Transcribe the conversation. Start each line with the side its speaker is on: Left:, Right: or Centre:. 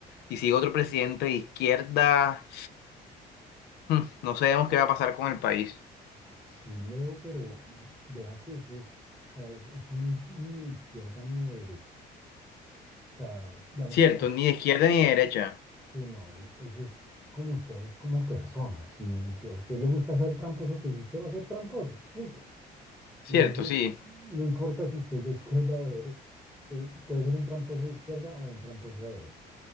Left: si sigue otro presidente de izquierda, hmm, no sabemos qué va a pasar con el país.
Centre: Sí, Leo, pero vea que eso es, o sea, eso no es ni de izquierda ni de derecha. O sea, digamos,
Left: Cierto, ni de izquierda ni de derecha.
Centre: Sí, no, e- eso es como ustedes como personas. Si, si a usted le gusta ser tramposo, pues usted va a ser tramposo, punto.
Left: Cierto,
Centre: Y eso
Left: sí,
Centre: no importa si usted es de izquierda o de derecha. Usted puede ser un tramposo de izquierda o un tramposo de derecha.